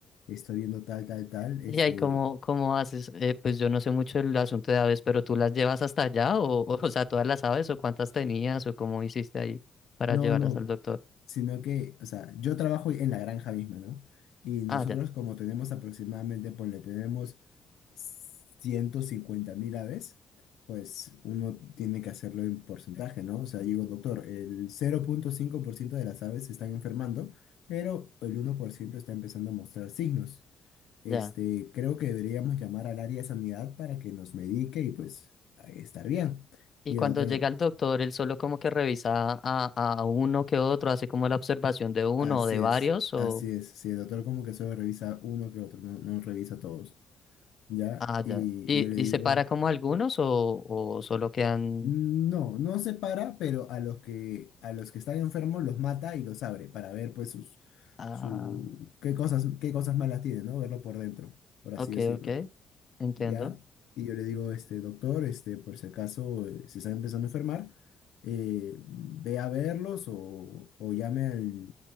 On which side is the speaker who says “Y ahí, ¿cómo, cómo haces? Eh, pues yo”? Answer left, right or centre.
Left